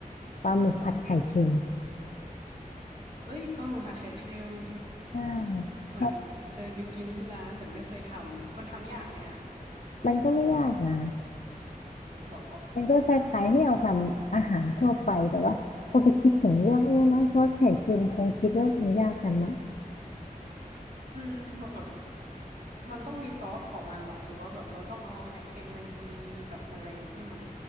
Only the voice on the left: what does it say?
ปลาหมึกผัดไข่เค็ม
ใช่
ครับมันก็ไม่ยากนะ
มันก็คล้ายๆที่เราทำอาหารทั่วไปแต่ว่าพอไปคิดถึงเรื่องเออน้ำซอสไข่เค็มคงคิดว่ามันยากกันมั้ง